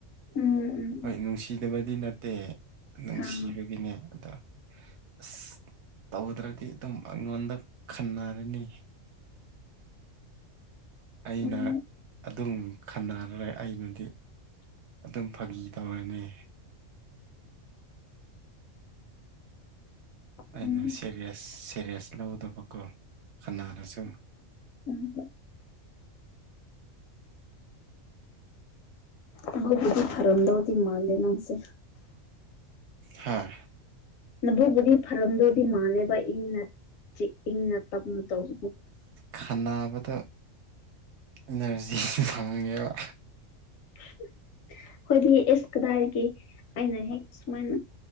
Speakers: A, on the left; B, on the right.
A: ꯎꯝ ꯎꯝ
B: ꯍꯣꯏ
A: ꯎꯝ
B: ꯅꯨꯡꯁꯤꯗꯕꯗꯤ ꯅꯠꯇꯦ ꯅꯨꯡꯁꯤꯕꯒꯤꯅꯦ
A: ꯍꯥꯡ
B: ꯑꯗ ꯑꯁ ꯇꯧꯗ꯭ꯔꯗꯤ ꯑꯗꯨꯝ ꯑꯩꯉꯣꯟꯗ ꯈꯟꯅꯔꯅꯤ ꯑꯩꯅ
A: ꯎꯝ
B: ꯑꯗꯨꯝ ꯈꯟꯅꯔꯦ ꯑꯩꯅꯗꯤ ꯑꯗꯨꯝ ꯐꯥꯒꯤ ꯇꯧꯔꯅꯤ
A: ꯎꯝ
B: ꯑꯩꯅ ꯁꯦꯔꯤꯌꯁ ꯁꯦꯔꯤꯌꯁ ꯂꯧꯗꯕꯀꯣ ꯈꯅꯥꯔꯁꯨ
A: ꯎꯝ ꯍꯨꯝ ꯑꯗꯨꯕꯨꯗꯤ ꯐꯔꯝꯗꯧꯗꯤ ꯃꯥꯂꯦ ꯅꯪꯁꯦ
B: ꯍꯥꯥ
A: ꯅꯕꯨꯛꯕꯨꯗꯤ ꯐꯔꯝꯗꯧꯗꯤ ꯃꯥꯥꯟꯂꯦꯕ ꯏꯪꯅ ꯆꯤꯛ ꯏꯪꯅ ꯇꯞꯅ ꯇꯧꯕꯗꯨ
B: ꯈꯥꯟꯅꯕꯗ ꯏꯅꯔꯖꯤꯁꯨ ꯐꯪꯉꯦꯕ
A: <unintelligible> ꯈꯣꯏꯗꯤ ꯑꯦꯁ ꯀꯗꯥꯏꯗꯒꯤ ꯑꯩꯅ ꯍꯦꯛ ꯁꯨꯃꯥꯏꯅ